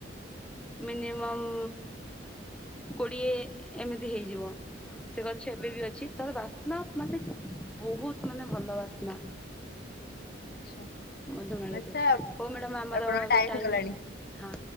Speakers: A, in the centre; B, on the left (about 55°).
A: ମିନିମମ୍ କୋଡ଼ିଏ ଏମିତି ହେଇଯିବ ସେ ଗଛ ଏବେ ବି ଅଛି ତାର ବାସ୍ନା ମାନେ ବହୁତ ମାନେ ଭଲ ବାସ୍ନା ବାସ୍ନା।
B: ଆଚ୍ଛା
A: ମଧୁମାଳତି
B: ଆଚ୍ଛା
A: ର ହଉ ମ୍ୟାଡ଼ମ ଆମର
B: ଆପଣଙ୍କ
A: ଏବେ
B: ଟାଇମ
A: ଟାଇମ୍
B: ହେଇଗଲାଣି
A: ହଁ